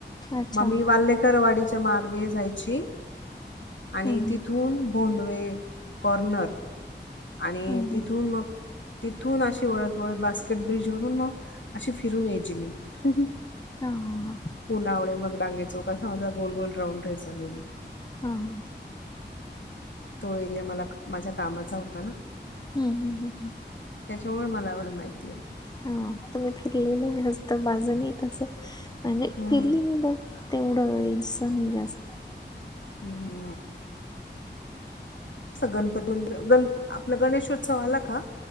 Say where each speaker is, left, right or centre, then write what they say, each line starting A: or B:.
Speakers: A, on the left (about 20°); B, on the left (about 80°).
A: अच्छा
B: मग मी वाल्लेकरवाडीच्या मार्गे जायची आणि
A: हम्म
B: तिथ थून भोंडवे कॉर्नर आणि
A: हम्म
B: तिथून
A: हम्म
B: मग तिथून अशी वळत-वळत बास्केट ब्रिज वरून मग अशी फिरून यायची मी. हम हम.
A: हम्म हा हा
B: पुनावळे मग डांगे चौक असा माझा गोल-गोल राऊंड राहिचा नेहमी.
A: अ-हां.
B: तो एरिया मला माझ्या कामाचा होता ना.
A: हम हम हम.
B: त्याच्यामुळ मला एवढं माहिती ये.
A: हा तुम्ही फिरलेले मस्त बाजूनी, मी तस म्हणजे
B: हम्म
A: फिरली मी बट तेवढं इस नय जास्त.
B: हम नाय. तस गणपती मंदिर, गण आपला गणेशोत्सवाला का,